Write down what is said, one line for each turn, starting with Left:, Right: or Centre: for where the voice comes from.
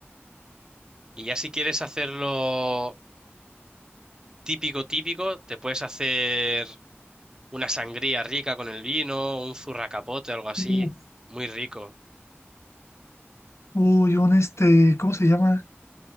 Right: Y ya si quieres hacerlo típico, típico, te puedes hacer una sangría rica con el vino, un zurracapote, algo así,
Left: Uf.
Right: muy rico.
Left: Uy, un este, ¿cómo se llama?